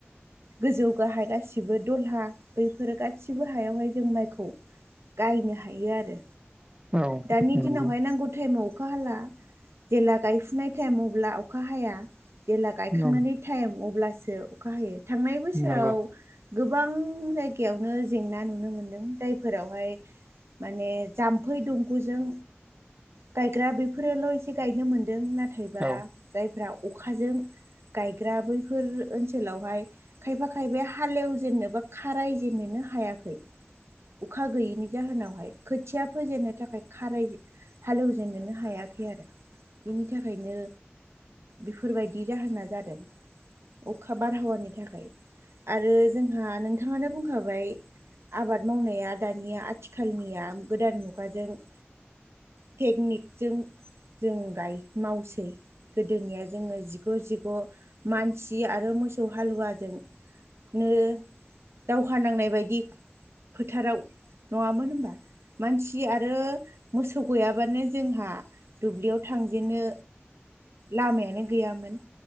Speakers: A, on the right (about 80°); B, on the right (about 25°).
A: गोजौ गाहाय गासिबो दलहा बैफोरो गासिबो हायावहाय जों माइखौ गायनो हायो आरो
B: औ
A: दानि
B: नंगौ
A: दिनावहाय नांगौ टाइमआव अखा हाला जेला गायफुनाय टाइम अब्ला अखा हाया जेला
B: औ
A: गायखांनानै टाइम अब्लासो अखा हायो थांनाय बोसोराव
B: नंगौ
A: गोबां जायगायावनो जेंना नुनो मोनदों जायफोरावहाय माने जाम्फै दुमग'जों गायग्रा बेफोर फोरोल' एसे गायनो मोनदों नाथायबा
B: औ।
A: जायफ्रा अखाजों गायग्रा बैफोर ओनसोलावहाय खायफा खायफाया हालेव जेननो बा खाराय जेननोनो हायाखै अखा गैयिनि जाहोनावहाय खोथिया फोेजेननो थाखाय खाराय हालेवजेननोनो हायाखै आरो बिनि थाखायनो बेफोरबायदि जाहोना जादों अखा बारहावानि थाखाय आरो जोंहा नोंथाङानो बुंखाबाय आबाद मावनाया दानिया आथिखालनिया गोदान मुगाजों टेकनिक जों जों गाय मावसै गोदोनिया जोङो जिग' जिग' मानसि आरो मोसौ हालुवाजों नो दावहा नांनाय बायदि फोथाराव नङामोन होमबा मानसि आरो मोसौ गैयाबानो जोंहा दुब्लियाव थांजेननो लामायानो गैयामोन